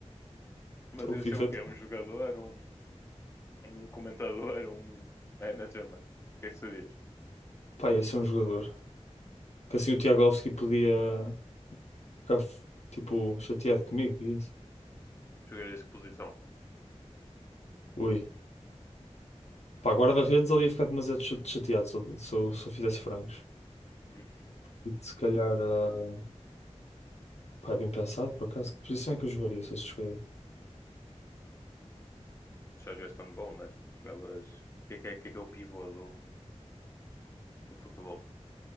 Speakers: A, on the left; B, on the left.
A: Mas
B: Sou
A: ia
B: o FIFA.
A: ser o quê?
B: então.
A: Um jogador, um Um comentador, um manager, mano. O que é que serias?
B: Pá, ia ser um jogador. Que assim o Tiagovski podia ficar, tipo, chateado comigo e isso.
A: Jogarias que posição?
B: Ui. Pá, guarda-redes ali ia ficar demasiado cha- chateado se eu, se eu, se eu fizesse frangos.
A: Hum?
B: E Se calhar, ah, pá, é bem pensado, por acaso. Que posição é que eu jogaria se eu escolher?
A: Já jogaste handball, né? Jogavas. O que é que é, que é, que é o pivô do, do futebol?